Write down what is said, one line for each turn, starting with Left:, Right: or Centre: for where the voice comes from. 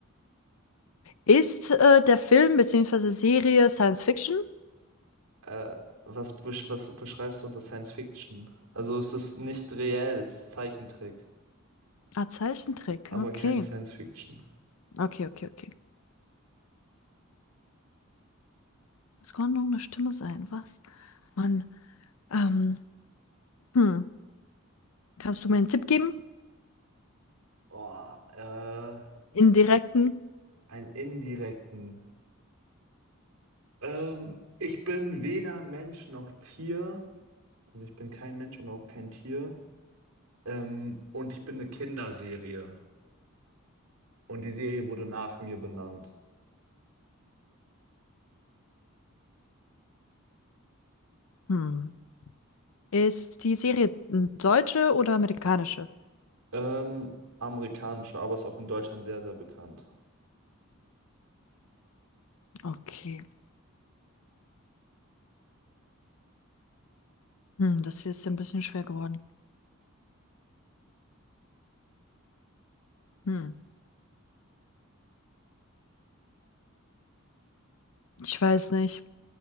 Left: Ist äh, der Film bzw. Serie Science Fiction?
Right: Äh, was, besch- was beschreibst du unter Science Fiction? Also es ist nicht reell, es ist Zeichentrick,
Left: Ah, Zeichentrick.
Right: aber
Left: Okay.
Right: kein Science Fiction.
Left: Okay, okay, okay. Das kann nur eine Stimme sein. Was? Mann. Ähm, hm. Kannst du mir einen Tipp geben?
Right: Oh, äh,
Left: Indirekten?
Right: einen indirekten. Ähm, ich bin weder Mensch noch Tier. Also ich bin kein Mensch und auch kein Tier. Ähm, und ich bin eine Kinderserie. Und die Serie wurde nach mir benannt.
Left: Hm. Ist die Serie n- deutsche oder amerikanische?
Right: Ähm, amerikanische, aber ist auch in Deutschland sehr, sehr bekannt.
Left: Okay. Hm, das hier ist ja ein bisschen schwer geworden. Hm. Ich weiß nicht.